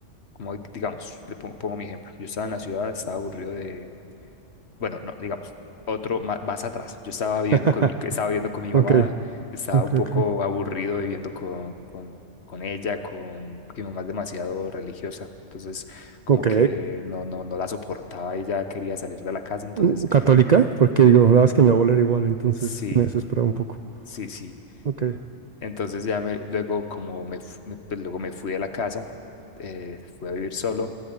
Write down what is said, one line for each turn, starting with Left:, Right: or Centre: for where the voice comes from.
Left: como digamos, le pongo, pongo mi ejemplo, yo estaba en la ciudad, estaba aburrido de bueno, no, digamos, otro ma- más, atrás. Yo estaba viviendo
Right: <laughs>
Left: con mi, estaba viviendo con mi mamá,
Right: Ok,
Left: estaba
Right: ok,
Left: un poco
Right: ok.
Left: aburrido viviendo con, con, con ella, con que mi mamá es demasiado religiosa, entonces como
Right: Ok,
Left: que no, no, no la soportaba y ya quería salir de la casa, entonces
Right: Mm, Católica, porque digo, la verdad es que mi abuela era igual, entonces
Left: sí,
Right: me desesperaba un poco.
Left: sí, sí.
Right: Ok,
Left: Entonces ya me, luego como me, fu- me- pues, luego me fui de la casa, eh, fui a vivir solo,